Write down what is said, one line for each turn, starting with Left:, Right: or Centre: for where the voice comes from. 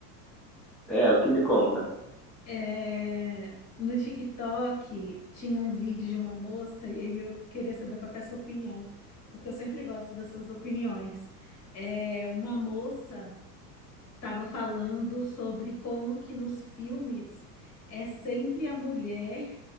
Centre: É, o que me conta?
Left: É, No TikTok tinha um vídeo de uma moça e aí eu queria saber qual que é a sua opinião, porque eu sempre gosto das suas opiniões. É, Uma moça. estava falando sobre como que nos filmes é sempre a mulher